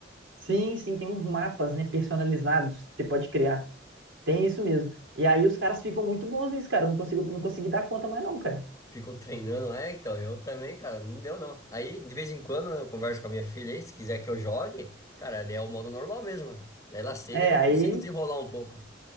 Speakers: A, on the right; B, on the left.
A: Sim, sim, tem uns mapas, né, personalizados que você pode criar. Tem isso mesmo. E aí os caras ficam muito bons nisso, cara. Eu Não consigo, não consegui dar conta mais não, cara.
B: Ficam treinando, é, então, eu também, cara, não deu não. Aí, de vez em quando, eu converso com a minha filha aí, se quiser que eu jogue, cara, daí é o modo normal mesmo. né? Daí ela aceita,
A: É,
B: daí eu
A: aí
B: consigo desenrolar um pouco.